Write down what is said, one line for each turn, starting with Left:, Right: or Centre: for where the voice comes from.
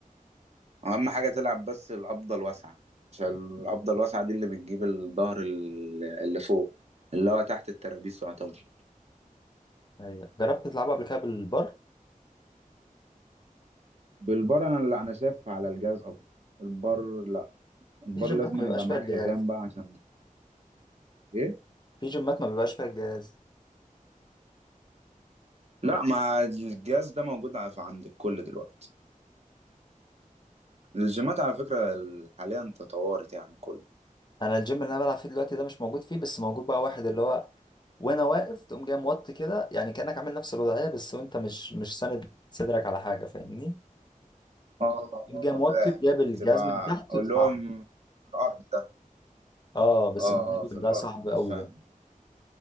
Right: اهم حاجة تلعب بس القبضة الواسعة عشان القبضة الواسعة دي اللي بتجيب الظهر ال- اللي فوق اللي هو تحت الترابيس يعتبر
Left: ايوه جربت تلعبها قبل كده بالبار
Right: بالبار انا اللي انا شايف على الجهاز افضل البار لا البار
Left: في جيمات
Right: لازم
Left: ما بيبقاش
Right: يبقى
Left: فيها
Right: معاك
Left: الجهاز
Right: حزام بقى عشان ايه
Left: في جيمات ما بيبقاش فيها الجهاز
Right: لا ما الجهاز ده موجود ع- عند الكل دلوقتي الجيمات على فكرة ال- حاليا تطورت يعني كل
Left: انا الجيم اللي انا بلعب فيه دلوقتي ده مش موجود فيه بس موجود بقى واحد اللي هو وانا واقف تقوم جاي موطي كده يعني كأنك عامل نفس الوضعية بس وانت مش مش ساند صدرك على حاجة فاهمني
Right: اه
Left: تقوم جاي موطي
Right: اه فاهم
Left: جايب الجهاز
Right: بتبقى
Left: من تحت
Right: اللي
Left: وتلعب
Right: هو م- في الأرض ده
Left: اه بس
Right: اه
Left: الموضوع
Right: اه في
Left: ده
Right: الأرض
Left: صعب قوي
Right: فاهم
Left: ده